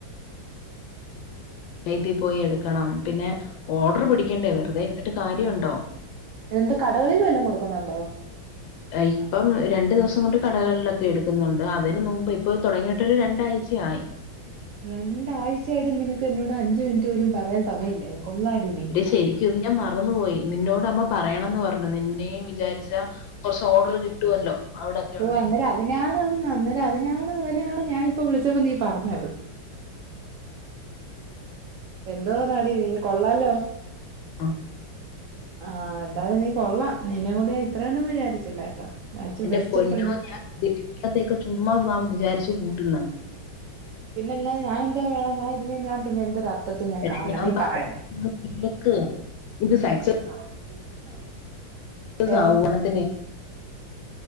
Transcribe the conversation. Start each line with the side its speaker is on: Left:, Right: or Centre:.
Left: <unintelligible> പോയി എടുക്കണം പിന്നെ ഓർഡറ് പിടിക്കേണ്ടേ വെറുതെ ഇരുന്നിട്ട് കാര്യംണ്ടോ
Right: എന്ത് കടകളില് വല്ലോം കൊടുക്കുന്നുണ്ടോ
Left: ഇപ്പം രണ്ടു ദിവസം കൊണ്ട് കടകളിലൊക്കെ എടുക്കുന്നുണ്ട് അതിന് നുമ്പ് ഇപ്പൊ തൊടങ്ങിയിട്ടൊരു രണ്ടാഴ്ച്ച ആയി
Right: രണ്ടാഴ്ച്ചയായിട്ട് നിനക്ക് എന്നോട് അഞ്ചു മിനിറ്റ് പോലും പറയാൻ സമയം ഇല്ലേ കൊള്ളാടി നീ
Left: എടി ശരിക്കും ഇത് ഞാൻ മറന്നു പോയി നിന്നോട് അമ്മ പറയണംന്ന് പറഞ്ഞു നിന്നെയും വിചാരിച്ചാ കൊറച്ച് ഓർഡറ് കിട്ടുവല്ലോ അവിടൊക്കെ
Right: ഓ
Left: ഉണ്ടേ
Right: അന്നേരം അതിനാണ് അന്നേരം അതിനാണ് അതിനാണ് ഞാനിപ്പം വിളിച്ചപ്പോ നീ പറഞ്ഞത് എന്തുവാന്നാടി നീ കൊള്ളാലോ
Left: അ
Right: ആഹ് എന്തായാലും നീ കൊള്ളാം നിന്നെയും കൊണ്ട് ഞാൻ ഇത്രയൊന്നും വിചാരിച്ചില്ല കേട്ടോ ഞാൻ ഇച്ച്
Left: എന്റെ
Right: ബെസ്റ്റ്
Left: പൊന്നോ
Right: ഫ്രണ്ട്
Left: ഞാൻ <unintelligible> ത്തേക്ക്ചുമ്മാ വാ വിചാരിച്ചു കൂട്ടുന്നെ
Right: പിന്നെല്ലാതെ ഞാനെന്തോ വേണം ഞാൻ ഇതിനെ ഞാൻ പിന്നെ എന്തൊരു അർത്ഥത്തി ഞാൻ
Left: എടി
Right: കാണണം നീ
Left: പറയുന്നത്
Right: പറയണേ <unintelligible>
Left: കേക്ക് ഇത് സക്സസ് സ <unintelligible>
Right: എ